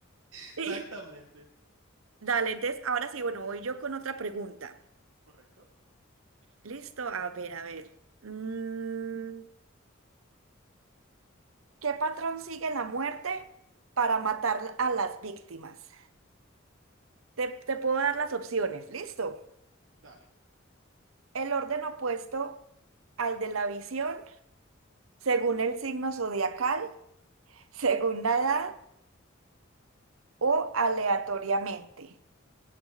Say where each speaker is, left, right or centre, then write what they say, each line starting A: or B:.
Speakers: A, on the right (about 70°); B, on the right (about 85°).
A: Exactamente.
B: Sí. Dale, entonces ahora sí, bueno, voy yo con otra pregunta.
A: Correcto.
B: Listo, a ver, a ver. Mm, ¿Qué patrón sigue la muerte para matar a las víctimas? Te, te puedo dar las opciones, ¿listo?
A: Dale.
B: El orden opuesto al de la visión, según el signo zodiacal, según la edad o aleatoriamente.